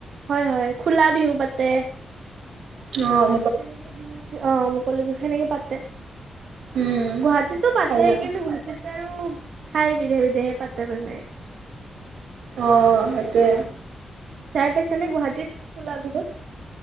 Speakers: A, on the right; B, on the right.
A: হয়, হয়, খোলা বিহু পাতে।
B: অ'।
A: তেনেকে বিহু অ' মুকলি বিহু সনেকে পাতে।
B: উম
A: গুৱাহাটীতো পাতে
B: ভাল লাগে
A: কিন্তু গাহ তেতিয়া আৰু ঠাই বিধে-বিধে‌ হে পাতে মানে।
B: অ', সেইটোৱে।
A: চাই পাইছা নে গুৱাহাটীত খোলা বিহু?